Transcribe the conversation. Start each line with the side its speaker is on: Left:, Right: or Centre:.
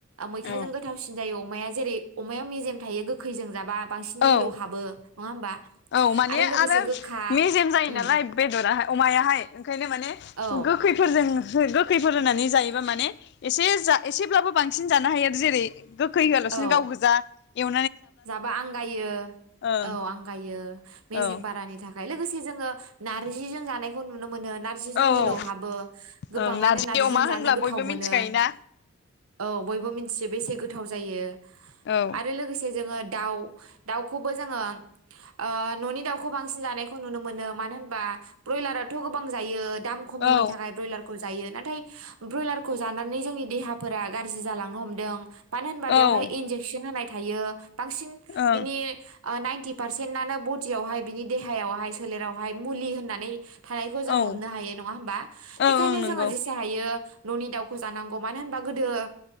Right: मैथाजों
Left: औ
Right: गोथावसिन जायो अ माया जेरै अमाया मेजेम थायो गोखैजों जाबा बांसिन
Left: औ
Right: मिलौ हाबो नङा होमबा
Left: औ माने
Right: लोगोसे
Left: आरो
Right: गोखा
Left: मेजेम जायो
Right: उम
Left: नालाय बेदराहाय अमायाहाय ओंखायनो माने गोखैफोरजों
Right: औ
Left: गोखैफोर होनानै जायोबा माने एसे जा एसेब्लाबो बांसिन जानो हायो आरो जेरै गोख खै होआलासिनो
Right: औ
Left: गाव गोजा एव
Right: जाबा आंगायो
Left: ओं
Right: औ आंगायो मेेजेमबाराानि
Left: औ
Right: थाख खाय लोगोसे जोङो नारजिजों जानायखौ नुनो मोनो। नारजिजों
Left: औ
Right: मिलौहाबो
Left: औ
Right: गोबाङानो
Left: ओं नारजि
Right: नारजिजों
Left: अमा होनब्ला
Right: जानो गोथाव
Left: बयबो मिथिखायोना
Right: मोनो औ बयबो मिन्थियो बे बेसे गोथाव जायो।
Left: औ
Right: आरो लोगोसे जोङो दाउ दाउखौबो जोङो ओ ननि दाउखौ बांसिन जानायखौ नुनो मोनो मानो होनबा ब्रयलाराथ गोबां जायो दाम खमिनि
Left: औ
Right: थाखाय ब्रयलारखौ जायो ना नाथाय ब्रयलार खौ जानानै जोंनि देहाफोरा गारजि जालांनो हमदों मानो होनबा
Left: औ
Right: बेवहाय
Left: ओं
Right: इनजेकचन होनाय थायो। बांसिन
Left: औ
Right: बिनि नाइनटि पारसेन्टआनो बडियावहाय बिनि देहायावहाय सोलेरावहाय मुलि होननानै थानायखौ जोङो
Left: ओं
Right: हमनो हायो नङा होमबा
Left: ओं
Right: बेखायनो
Left: नंगौ
Right: जोङो जिसे हायो ननि दाउखौ जानांगौ मानो होनबा गोदो